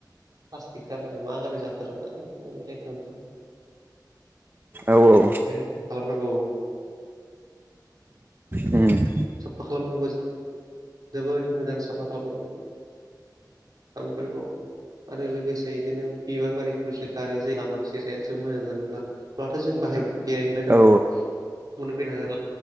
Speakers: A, on the right (about 60°); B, on the right (about 30°).
A: प्लास्टिक गारनाय मा गारनाय जाथारो ना ओंखायनो लेथ्रा नुथारो
B: औ-औ
A: ओंखायनो साफा खालामनांगौ
B: उम
A: साफा खालामनांगौ जोबोद मोजां साफा खालामनांगौ गामिफोरखौ आरो लोगोसे बिदिनो बिबार बारिफोरसो गारनाय जायो लामा सेरायासो मोजां जानाय नंला माथो जों बाहाय बेरायहैनो नाङा
B: औ
A: बेनो बेनो ह